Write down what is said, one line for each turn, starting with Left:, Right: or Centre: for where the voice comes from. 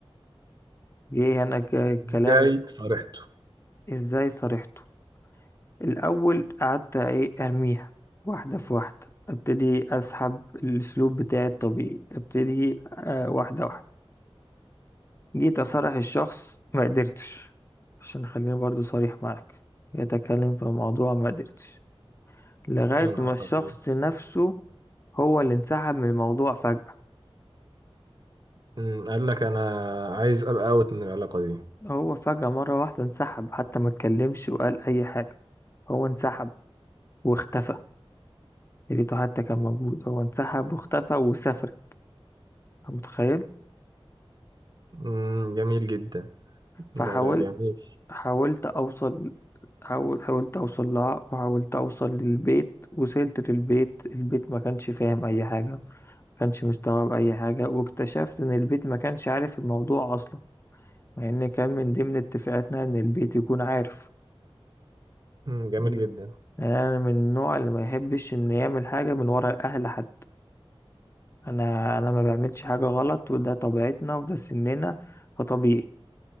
Left: جه هنا ك- الكلام
Right: ازاي صارحته
Left: ازاي صارحته الاول قعدت ايه ارميها واحده في واحده ابتدي اسحب الاسلوب بتاعي الطبيعي ابتدي آه واحده واحده جيت أصارح الشخص ما قدرتش عشان خليني برضو صريح معاك يتكلم في موضوع ما قدرتش لغاية
Right: يا نهار
Left: ما الشخص
Right: ابيض
Left: نفسه هو اللي انسحب من الموضوع فجأة
Right: مم، قال لك انا عايز ابقى اوت من العلاقه دي
Left: هو فجأة مرة واحدة انسحب حتى ما اتكلمش وقال أي حاجة هو انسحب واختفى لقيته حتى كان موجود هو انسحب واختفى وسافر أنت متخيل
Right: مم، جميل جدا
Left: فحاولت
Right: لا لا جميل
Left: حاولت أوصل حاول حاولت أوصل لها وحاولت أوصل للبيت وصلت للبيت البيت ما كانش فاهم أي حاجة كانش مستوعب اي حاجه واكتشفت ان البيت ما كانش عارف الموضوع اصلا مع ان كان من ضمن اتفاقاتنا ان البيت يكون عارف
Right: مم، جميل
Left: يعني
Right: جدا
Left: انا من النوع اللي ما يحبش ان يعمل حاجه من ورا الاهل حد انا انا ما بعملش حاجه غلط وده طبيعتنا وده سننا فطبيعي